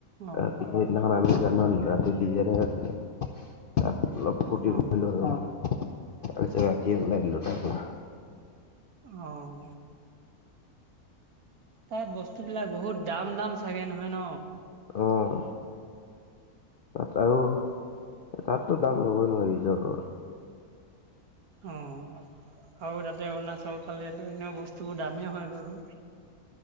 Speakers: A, on the right; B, on the left.
A: অ',
B: ৰাতি সেইদিনাখন আমি <unintelligible> ডি জে নাইট আছিলে তাত অলপ ফূৰ্তি
A: অ',
B: কৰিলো আৰু তাৰপিছত ৰাতিয়ে ওলাই দিলো তাৰ পৰা
A: অঁ তাত বস্তু বিলাক বহুত দাম দাম চাগে নহয় ন
B: আহ তাত আৰু তাততো দাম ল'বই নহয় ৰিজৰ্টৰ
A: অ', আৰু তাতে অৰুণাচল ফালে এনে বস্তুবোৰ দামেই হয় বাৰু